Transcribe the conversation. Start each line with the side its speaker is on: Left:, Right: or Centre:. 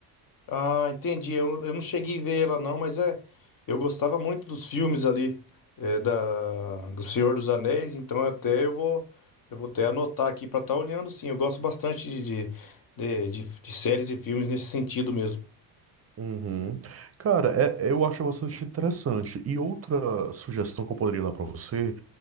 Left: Ah, entendi. Eu, eu não cheguei a ver ela não, mas é, eu gostava muito dos filmes ali é, da do Senhor dos Anéis, então até eu vou eu vou até anotar aqui pra estar olhando, sim. Eu gosto bastante de, de, de, de séries e filmes nesse sentido mesmo.
Right: Uhum. Cara, é- eu acho bastante interessante. E outra sugestão que eu poderia dar pra você,